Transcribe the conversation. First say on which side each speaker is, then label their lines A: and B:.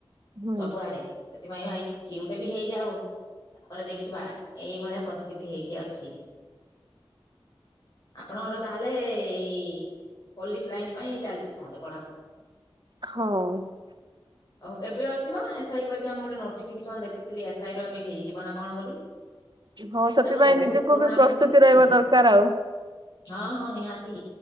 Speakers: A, on the right; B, on the left.
A: ହୁଁ
B: ସବୁଆଡେ ସେଥିପାଇଁ ଭାଇ କିଛି ଗୋଟେ ବି ହେଇଯାଉ। ପରେ ଦେଖିବା ଏଇଭଳିଆ ପରିସ୍ଥିତି ହେଇକି ଅଛି ଆପଣଙ୍କର ତାହେଲେ ଏଇ ପୋଲିସ ଲାଇନ ପାଇଁ ଚାଲିଛି ତାହେଲେ ପଢାପଢି।
A: ହଁ।
B: ହଉ ଏବେ ଅଛି ବା ଏସ୍ ଆଇ ପରୀକ୍ଷା ମୁଁ ଗୋଟେ ନୋଟିଫିକେସନ ଦେଖୁଥିଲି ଏସ୍ ଆଇ ର। ହେ ହେଇଯିବ ନା କଣ ବୋଲି।
A: ହଁ ସେଥିପାଇଁ
B: ସେଟା ତ ବହୁତ
A: ନିଜକୁ
B: ପୁରୁଣା
A: ବି ପ୍ରସ୍ତୁତି
B: ଭେକେନ୍ସି
A: ରହିବା ଦରକାର ଆଉ।
B: ହଁ ହଁ ନିହାତି